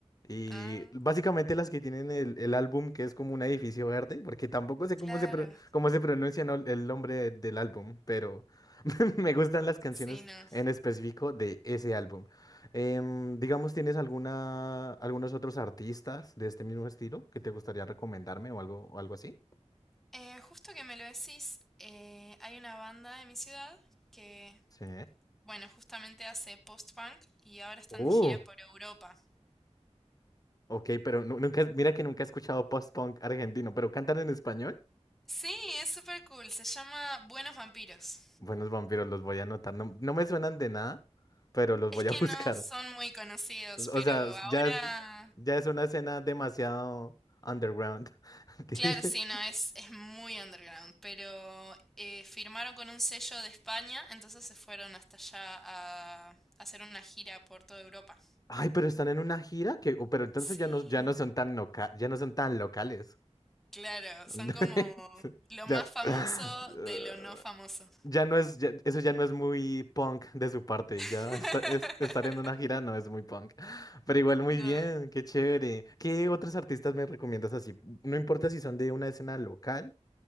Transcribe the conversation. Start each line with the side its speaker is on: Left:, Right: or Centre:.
Left: y
Centre: Ah,
Left: básicamente las que tienen el, el álbum que es como un edificio verde, porque tampoco sé
Centre: claro.
Left: cómo se, pro- cómo se pronuncia no- el nombre del álbum, pero <laughs> me gustan las canciones
Centre: Sí, no.
Left: en específico de ese álbum. Em, digamos, ¿tienes alguna, algunos otros artistas de este mismo estilo que te gustaría recomendarme o algo, o algo así?
Centre: Eh, justo que me lo decís, eh, hay una banda de mi ciudad que,
Left: Sí.
Centre: bueno, justamente hace post-punk y ahora están
Left: Uh.
Centre: de gira por Europa.
Left: Ok, pero nu- nunca, mira que nunca he escuchado post-punk argentino, pero ¿cantan en español?
Centre: Sí, es súper cool, se llama Buenos Vampiros.
Left: Buenos vampiros, los voy a anotar. No, no me suenan de nada, pero los
Centre: Es
Left: voy
Centre: que
Left: a <laughs> buscar.
Centre: no son muy conocidos,
Left: O
Centre: pero
Left: o sea,
Centre: ahora...
Left: ya es, ya es una escena demasiado underground. <laughs> Ti-
Centre: Claro, sí, no, es, es muy underground, pero eh, firmaron con un sello de España, entonces se fueron hasta allá a hacer una gira por toda Europa.
Left: Ay, pero están en una gira que, oh, pero entonces
Centre: Sí.
Left: ya no, ya no son tan loca- ya no son tan locales.
Centre: Claro,
Left: <laughs>
Centre: son como lo
Left: Ya.
Centre: más famoso
Left: <laughs>
Centre: de lo no famoso.
Left: Ya no es, ya- eso ya no es muy punk de su parte,
Centre: <laughs>
Left: ya esta- es- estar en una gira no es muy punk, pero igual muy
Centre: No.
Left: bien, qué chévere. ¿Qué otros artistas me recomiendas así? No importa si son de una escena local